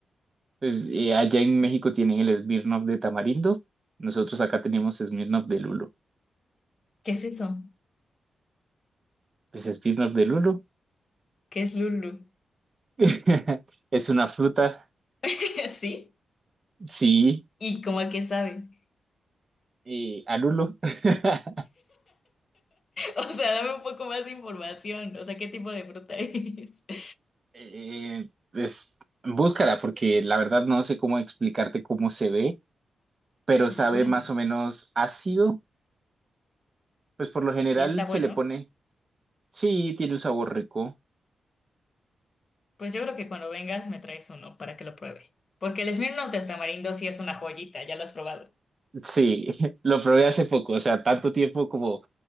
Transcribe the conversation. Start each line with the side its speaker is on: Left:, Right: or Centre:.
Right: Pues, eh, allá en México tienen el Smirnoff de tamarindo, nosotros acá tenemos Smirnoff de lulo.
Left: ¿Qué es eso?
Right: Pues Smirnoff de lulo
Left: ¿Qué es Lulu?
Right: <laughs> es una fruta,
Left: <laughs> ¿Sí?
Right: sí,
Left: ¿Y cómo a qué sabe? <laughs>
Right: eh, a lulo. <laughs>
Left: O sea, dame un poco más de información. O sea, ¿qué tipo de fruta es? <laughs>
Right: Eh, pues búscala, porque la verdad no sé cómo explicarte cómo se ve, pero
Left: Lulu.
Right: sabe más o menos ácido. Pues por lo general
Left: ¿Y está
Right: se
Left: bueno?
Right: le pone Sí, tiene un sabor rico.
Left: Pues yo creo que cuando vengas me traes uno para que lo pruebe. Porque el Smirnoff del tamarindo sí es una joyita, ya lo has probado.
Right: Sí, <laughs> lo probé hace poco, o sea, tanto tiempo como